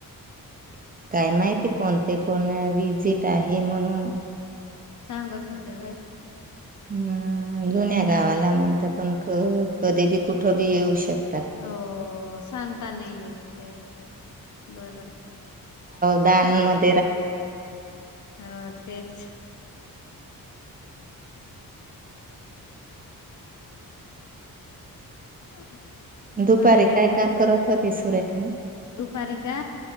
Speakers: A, on the right; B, on the left.
A: <inaudible> काय माहिती कोणते पण विजिट आहे म्हणून
B: सांगत होते व्हय
A: हम्म जुन्या गावाला म्हणल पण क कधी बी कुठं बी येऊ शकत
B: हो सांगता नाही येत ते <inaudible> बरं
A: दानमध्ये
B: <inaudible> हो तेच हम
A: दुपारी
B: कधी बेत
A: काय
B: आहे
A: काम करत
B: <inaudible>
A: होते सुरेखा?
B: दुपारी का